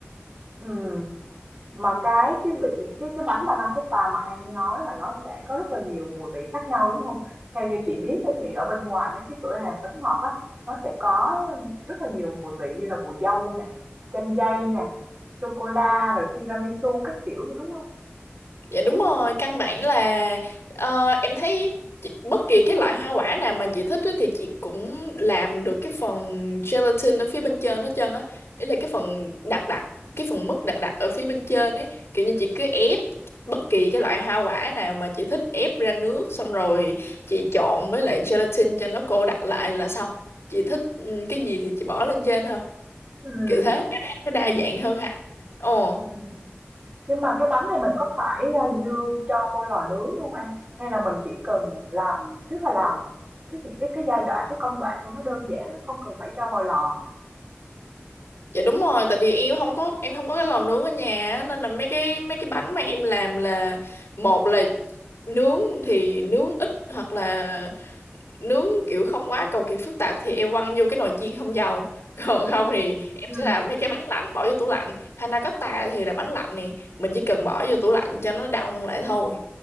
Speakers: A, on the right; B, on the left.
A: Ừ. Mà cái cái vị cái cái bánh panna cotta mà An nói là nó sẽ có rất là nhiều mùi vị khác nhau đúng không? Theo như chị biết ấy, thì ở bên ngoài mấy cái cửa hàng bánh ngọt á nó sẽ có rất là nhiều mùi vị như là mùi dâu nè, chanh dây nè, sô cô la rồi tiramisu các kiểu nữa đúng không?
B: Dạ đúng rồi, căn bản là ờ, em thấy chị- bất kỳ cái loại hoa quả nào mà chị thích á thì chị cũng làm được cái phần gelatin ở phía bên trên hết trơn á. Ý là cái phần đặc đặc, cái phần mứt đặc đặc ở phía bên trên ấy. Kiểu như chị cứ ép bất kỳ cái loại hoa quả nào mà chị thích ép ra nước xong rồi chị trộn với lại gelatin cho nó cô đặc lại là xong. Chị thích ừ, cái gì thì chị bỏ lên trên thôi.
A: ừ
B: Kiểu thế, em thấy nó đa
A: ừ
B: dạng hơn hẳn. Ồ.
A: ừ Nhưng mà cái bánh này mình có phải ờ, đưa cho vô lò nướng không An? Hay là mình chỉ cần làm tức là làm cái những cái cái giai đoạn cái công đoạn của nó đơn giản không cần phải cho vào lò.
B: Dạ đúng rồi, tại vì em không có em không có cái lò nướng ở nhà á, nên là mấy cái mấy cái bánh mà em làm là một là nướng thì nướng ít hoặc là nướng kiểu không quá cầu kỳ phức tạp thì em quăng vô cái nồi chiên không dầu. <laughs> Còn không
A: ừ
B: thì em
A: ừ
B: sẽ làm mấy cái bánh lạnh bỏ vô tủ lạnh. Panna cotta thì là bánh lạnh nè, mình chỉ cần bỏ vô tủ lạnh cho nó đông lại thôi.